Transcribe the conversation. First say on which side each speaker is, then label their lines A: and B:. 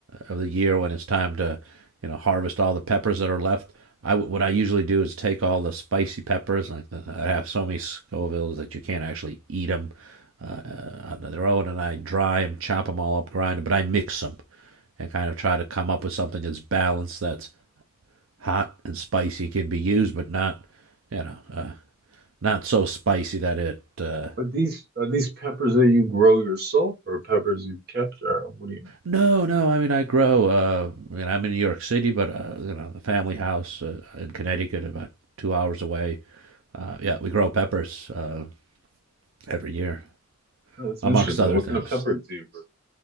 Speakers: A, on the right (about 75°); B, on the right (about 50°).
A: of the year when it's time to, you know, harvest all the peppers that are left. I what I usually do is take all the spicy peppers. Like the, I have so many Scovilles that you can't actually eat them uh, on their own, and I dry them, chop them all up, grind them, but I mix them, and kind of try to come up with something that's balanced. That's hot and spicy can be used, but not you know uh, not so spicy that it. Uh,
B: But these are these peppers that you grow yourself or peppers you have capture? What do you mean?
A: no, no. I mean, I grow. Uh, I mean, I'm in New York City, but uh, you know, the family house uh, in Connecticut, about two hours away. Uh, yeah, we grow peppers uh, every year,
B: No, that's
A: amongst
B: interesting.
A: other
B: What
A: things.
B: kind of peppers do you grow?